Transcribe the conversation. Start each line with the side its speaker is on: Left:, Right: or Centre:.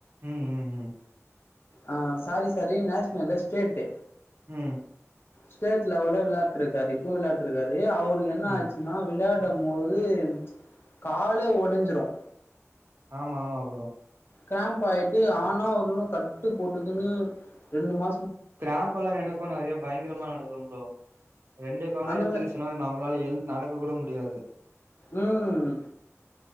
Right: ம் ம் ம்
Left: ஆ சாரி சாரி நோஷனல் இல்ல ஸ்டேட்டு
Right: ம்
Left: ஸ்டேட் லவல்ல விளாட்டு இருக்காரு இப்போவும் விளாட்டு இருக்காரு அவர் என்ன
Right: ம்
Left: ஆச்சுன்னா விளையாட போது காலே உடைஞ்சிரும்
Right: ஆமா ஆமா ப்ரோ
Left: கிரேம்ப் ஆயிட்டு ஆண் நா அவளும் கட் டு போட்டுக்குன்னு ரெண்டு மா
Right: கிராம்பெ எல்லாம் எனக்கும் நறைய பயங்கரமா நடக்கும் ரெண்டு காலும்
Left: அந்த
Right: இழுத்துக்கிச்சுனா
Left: மா
Right: சின்னதா நம்மளால எழுந்து நடக்க கூட முடியாது
Left: ம்